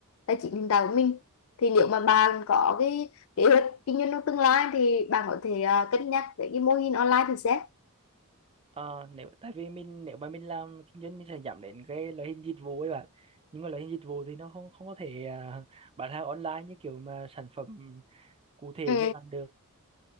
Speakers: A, on the left; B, on the right.
A: tài chính hiện tại của mình thì nếu mà bạn có cái kế hoạch kinh doanh trong tương lai thì bạn có thể ờ, cân nhắc về cái mô hình online thử xét
B: Ờ, nếu tại vì mình nếu mà mình làm kinh doanh mình sẽ nhắm đến cái loại hình dịch vụ ấy bạn nhưng mà loại hình dịch vụ thì nó không không có thể à, bán hàng online như kiểu mà sản phẩm cụ thể
A: ừ.
B: như bạn được